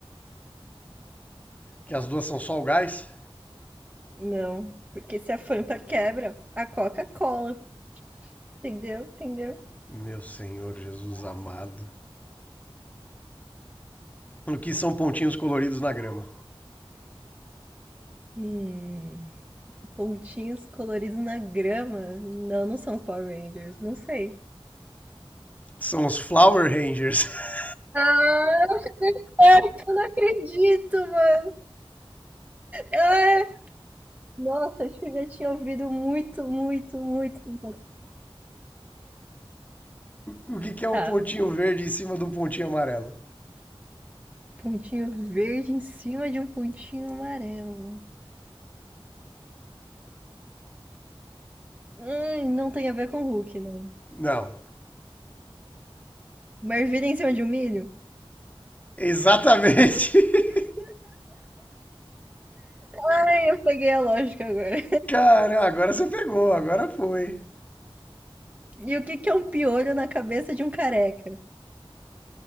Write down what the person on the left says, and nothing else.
Que as duas são só o gás?
Meu Senhor Jesus amado. O que são pontinhos coloridos na grama?
São os Flower Rangers. <laughs>
O que, que é um
pontinho verde em cima de um pontinho amarelo?
Não.
Exatamente. <laughs>
Cara, agora você pegou, agora foi.